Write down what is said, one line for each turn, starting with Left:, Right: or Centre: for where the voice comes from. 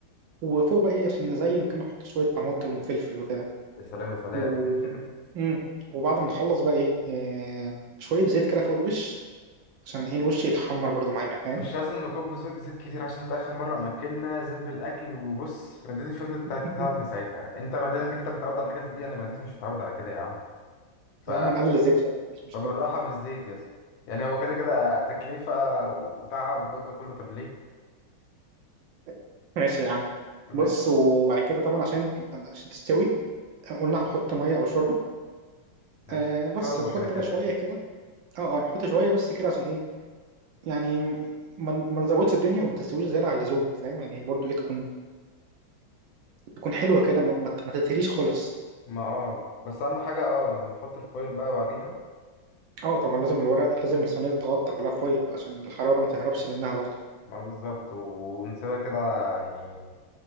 Right: وفوق بقى ايه عشان نزين كده نحط شوية طماطم وفلفل وكده
Left: يا سلام يا سلام
Right: و...
Left: <laughs>
Right: مم. وبعد ما نخلص بقى ايه آه، شوية زيت كده فوق الوش عشان ايه الوش يتحمر برضو معانا
Left: بس
Right: فاهم
Left: مش لازم نكب زيت زيت كتير عشان انت اخر مره ما اكلنا زب الاكل وبص معدتي فضلت
Right: <laughs>
Left: تتعبني ساعتها انت معدتك انت متعود على حاجه زي دي انا معدتي مش متعود على كده يا عم ف...
Right: يا عم نقلل الزيت شوية مفيش مشكلة
Left: فبالراحة في الزيت يا اسطى يعني هو كده كده تكلفة وتعب والجو ده كله طب ليه؟
Right: <laughs> ماشي يا عم
Left: ماشي
Right: بص وبعد كده طبعا عشان عشان تستوي قلنا هنحط مية أو شوربة
Left: ماشي
Right: آه بس
Left: شوربة
Right: تحط
Left: كده كده
Right: بقى شوية
Left: يعني
Right: كده اه اه نحط شوية بس كده عشان ايه يعني ما ما نزودش الدنيا وما تستويش زيادة عن اللزوم فاهم يعني برضو ايه تكون تكون حلوة كده ما, ما ما تتهريش خالص
Left: ما اه بس أهم حاجة اه نحط الفايل بقى بعديها
Right: اه طبعا لازم الورق لازم الصينية تتغطى كلها فويل عشان الحرارة ما تهربش منها برضه
Left: ما بالظبط ونسيبها كده يعني